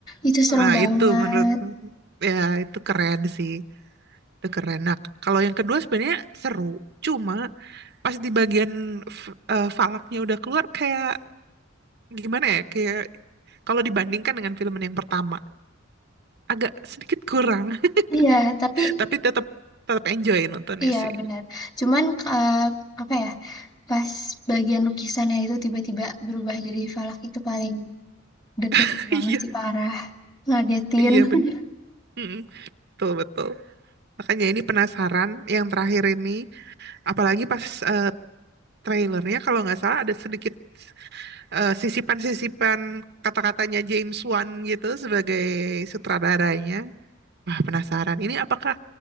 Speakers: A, on the left; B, on the right.
A: itu serem
B: Ah,
A: banget.
B: itu menurut ya itu keren sih. Itu keren. Nah, kalau yang kedua sebenarnya seru. Cuma pas di bagian f- eh, falaknya udah keluar kayak gimana ya? Kayak kalau dibandingkan dengan film yang pertama agak sedikit kurang,
A: Iya, tapi
B: <laughs> tapi tetap tetap enjoy nontonnya
A: iya
B: sih.
A: benar. Cuman eh, apa ya? Pas bagian lukisannya itu tiba-tiba berubah jadi falak itu paling deg-degan
B: <laughs>
A: banget
B: Iya,
A: sih parah. Ngagetin.
B: iya
A: <laughs>
B: bener. Mm-mm, betul betul. Makanya ini penasaran yang terakhir ini apalagi pas eh, trailernya kalau nggak salah ada sedikit eh, sisipan-sisipan kata-katanya James Wan gitu sebagai sutradaranya. Wah, penasaran. Ini apakah